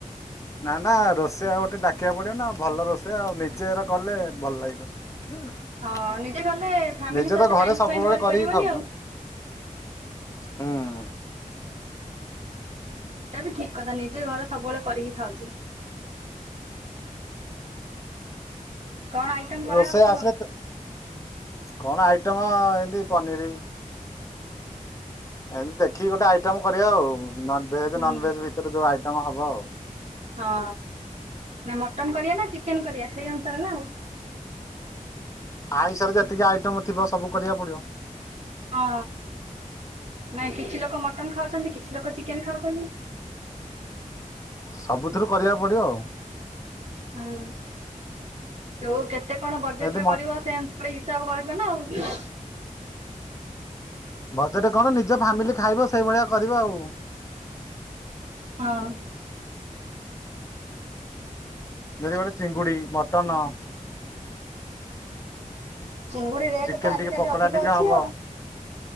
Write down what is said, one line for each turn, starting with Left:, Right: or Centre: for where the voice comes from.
Left: ନା ନା ରୋଷେଇଆ ଗୋଟେ ଡାକିବା ପଡିବ ନା ଭଲ ରୋଷେଇଆ ଆଉ ନିଜେ ଏରା କଲେ ଭଲ ଲାଗିବନି।
Right: ହଁ ନିଜେ କଲେ ଫ୍ୟାମିଲି
Left: ନିଜେ
Right: ସହିତ
Left: ତ ଘରେ
Right: ଟାଇମ
Left: ସବୁବେଳେ
Right: ସ୍ପେଣ୍ଡ କରିପାରିବନି
Left: କରିକି ଖାଉଚନ୍ତି।
Right: ଆଉ।
Left: ହୁଁ।
Right: ଏଟା ବି ଠିକ କଥା ନିଜେ ଘରେ ସବୁବେଳେ କରିକି ଖାଉଛି। କଣ ଆଇଟମ କରାହବ
Left: ରୋଷେଇ
Right: କୁହ?
Left: ଆସିଲେ କଣ ଆଇଟମ ଏମତି ପନିର ଏମତି ଦେଖିକି ଗୋଟେ ଆଇଟମ କରିବା ଆଉ ନନ ଭେଜ
Right: ହୁଁ
Left: ନନଭେଜ ଭିତରେ ଯୋଉ ଆଇଟମ ହବ ଆଉ।
Right: ହଁ, ନା ମଟନ କରିବା ନା ଚିକେନ କରିବା ସେଇ ଅନୁସାରେ ନା ଆଉ।
Left: ଆଇଁଷରେ ଯେତିକି ଆଇଟମ ଥିବ ସବୁ କରିବାକୁ ପଡିବ।
Right: ହଁ। ନାଇଁ କିଛି ଲୋକ ମଟନ ଖାଉଚନ୍ତି କିଛି ଲୋକ ଚିକେନ ଖାଉଚନ୍ତି।
Left: ସବୁଥିରୁ କରିବାକୁ ପଡିବ ଆଉ।
Right: ହୁଁ ତଉ କେତେ କଣ ବଜେଟ
Left: ଯଦି
Right: ରେ
Left: ମ
Right: କରିବ? ସେତି ଗୋଟେ ହିସାବ କରିବ ନା ଆଉ।
Left: ବଜରେ କଣ? ନିଜ ଫାମିଲି ଖାଇବ ସେଇଭଳିଆ କରିବା ଆଉ।
Right: ହଁ।
Left: ଜଡ଼ିଗୋଟେ ଚିଙ୍ଗୁଡି ମଟନ
Right: ଚିଙ୍ଗୁଡି ରେଟ୍
Left: ଚିକେନ
Right: ତ ଆଜିିକାଲି
Left: ଟିକେ ପକୋଡା
Right: ଅଧିକ
Left: ଟିକେ
Right: ଅଛି
Left: ହବ
Right: ଆଉ।